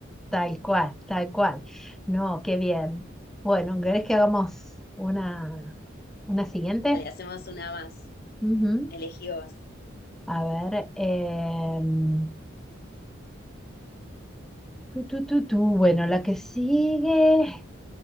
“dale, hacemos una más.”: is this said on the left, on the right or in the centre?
Left